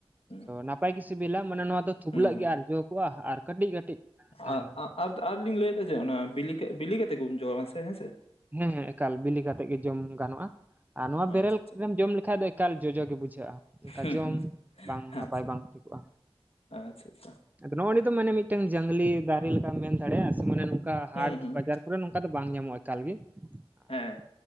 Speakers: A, on the left; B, on the right.
A: ᱦᱩᱸ
B: ᱱᱟᱯᱟᱭ ᱜᱮ ᱥᱤᱵᱤᱞᱟ, ᱢᱟᱱᱮ ᱱᱚᱣᱟ ᱫᱚ ᱛᱷᱩᱯᱞᱟᱹᱜ
A: ᱦᱩᱸ ᱦᱩᱸ
B: ᱜᱮᱭᱠ ᱟᱨ ᱡᱚᱠᱚᱣᱟ ᱟᱨ ᱠᱟᱹᱴᱤᱡ ᱛᱟᱦᱮᱱᱟ
A: ᱟ ᱟ ᱟᱨ ᱟᱨ ᱞᱤᱧ ᱞᱟᱹᱭᱮᱫᱟ ᱡᱮ ᱚᱱᱟ ᱵᱤᱞᱤ ᱵᱤᱞᱤ ᱠᱟᱛᱮ ᱠᱚ ᱡᱚᱢᱟ ᱥᱮ ᱦᱮᱸ ᱥᱮ?
B: ᱦᱮᱸ ᱦᱮᱸ ᱮᱠᱟᱞ ᱵᱤᱞᱤ ᱠᱟᱛᱮᱜ ᱜᱮ ᱡᱚᱢ ᱜᱟᱱᱚᱜᱼᱟ ᱾ ᱟᱨ ᱱᱚᱣᱟ ᱵᱮᱨᱮᱞ
A: ᱟᱪᱪᱷᱟ ᱟᱪᱪᱷᱟ
B: ᱨᱮᱢ ᱡᱚᱢ ᱞᱮᱠᱷᱟᱡ ᱫᱚ ᱮᱠᱟᱞ ᱡᱚᱡᱚ ᱜᱮ ᱵᱩᱡᱷᱟᱹᱜᱼᱟ ᱾ ᱠᱟ
A: ᱦᱩᱸ
B: ᱡᱚᱢ
A: ᱦᱩᱸ
B: ᱵᱟᱝ ᱱᱟᱯᱟᱭ
A: ᱟᱪᱪᱷᱟ
B: ᱵᱟᱝ ᱦᱩᱭᱩᱜ-ᱟ᱾
A: ᱟᱪᱪᱷᱟ ᱟᱪᱪᱷᱟ
B: ᱟᱫᱚ ᱱᱚᱜᱼᱚᱭ ᱱᱤᱛᱚᱜ ᱢᱟᱱᱮ ᱢᱤᱫᱴᱟᱝ ᱡᱚᱝᱞᱤ ᱜᱟᱨᱮ ᱞᱮᱠᱟᱢ ᱢᱮᱱ ᱫᱟᱲᱮᱭᱟᱜᱼᱟ ᱥᱮ ᱢᱟᱱᱮ ᱱᱚᱝᱠᱟ ᱦᱟᱴ
A: ᱦᱩᱸ ᱦᱩᱸ
B: ᱵᱟᱡᱟᱨ ᱯᱚᱨᱟᱹ ᱱᱚᱝᱠᱟ ᱫᱚ ᱵᱟᱝ ᱧᱟᱢᱚᱜᱼᱟ ᱮᱠᱟᱞ ᱜᱮ ᱟᱨ
A: ᱦᱮᱸ